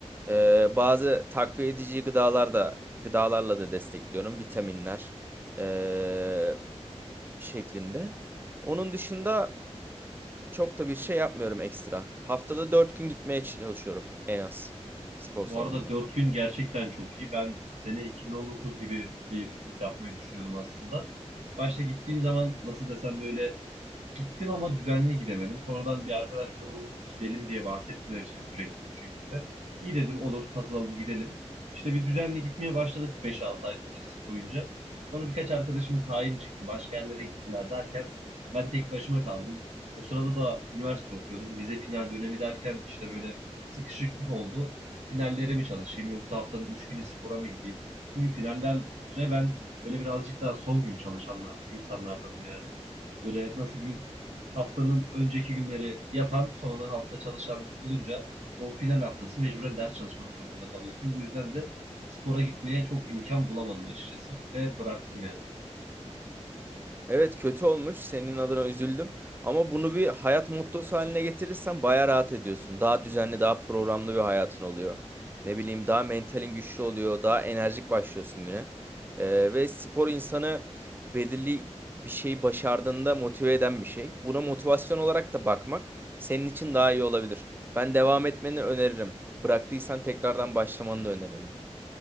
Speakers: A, on the right; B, on the right.
A: Ee, bazı takviye edici gıdalar da gıdalarla da destekliyorum. Vitaminler ee, şeklinde. Onun dışında çok da bir şey yapmıyorum ekstra. Haftada 4 gün gitmeye çalışıyorum en az spor
B: Bu
A: salonuna.
B: arada 4 gün gerçekten çok iyi. Ben sene 2019 gibi bir fitness yapmayı düşünüyordum aslında. Başta gittiğim zaman nasıl desem böyle Gittim ama düzenli gidemedim. Sonradan bir arkadaş grubum gidelim diye bahsettiler işte sürekli bu şekilde. İyi dedim olur katılalım gidelim. İşte bir düzenli gitmeye başladık beş altı ay süresi boyunca. Sonra birkaç arkadaşımın tayini çıktı. Başka yerlere gittiler derken ben tek başıma kaldım. O sırada da üniversite okuyordum. Vize final dönemi derken işte böyle sıkışıklık oldu. Finallere mi çalışayım yoksa haftanın 3 günü spora mı gideyim? Çünkü finallere ben böyle birazcık daha son gün çalışanlar insanlardanım yani. Böyle nasıl diyeyim haftanın önceki günleri yatan, sonra hafta çalışan olunca o final haftası mecburen ders çalışmak durumunda kalıyorsun. Bu yüzden de spora gitmeye çok imkan bulamadım açıkçası ve bıraktım yani.
A: Evet kötü olmuş. Senin adına üzüldüm. Ama bunu bir hayat mottosu haline getirirsen baya rahat ediyorsun. Daha düzenli, daha programlı bir hayatın oluyor. Ne bileyim daha mentalin güçlü oluyor. Daha enerjik başlıyorsun güne. Ee, ve spor insanı belirli bir şeyi başardığında motive eden bir şey. Buna motivasyon olarak da bakmak senin için daha iyi olabilir. Ben devam etmeni öneririm. Bıraktıysan tekrardan başlamanı da öneririm.